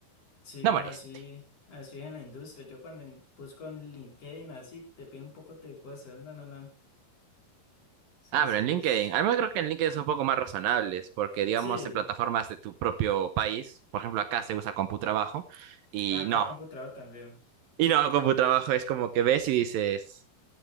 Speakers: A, on the left; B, on the right.
A: Sí,
B: No
A: no,
B: moleste.
A: así, así es en la industria. Yo cuando en- busco en LinkedIn así, te piden un poco de cosas. No, no, no. O sea,
B: Ah,
A: sí
B: pero en LinkedIn,
A: es.
B: al menos creo que en LinkedIn son un poco más razonables, porque digamos
A: Sí,
B: en plataformas de tu propio país, por ejemplo acá se usa CompuTrabajo, y
A: acá
B: no,
A: computador también. <laughs>
B: y no, CompuTrabajo es como que ves y dices...